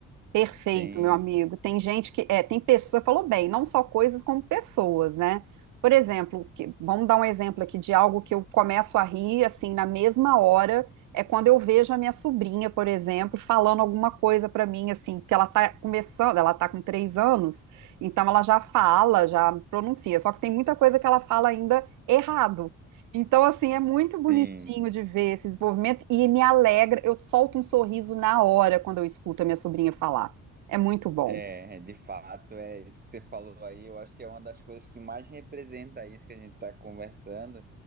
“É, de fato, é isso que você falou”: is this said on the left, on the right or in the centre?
Right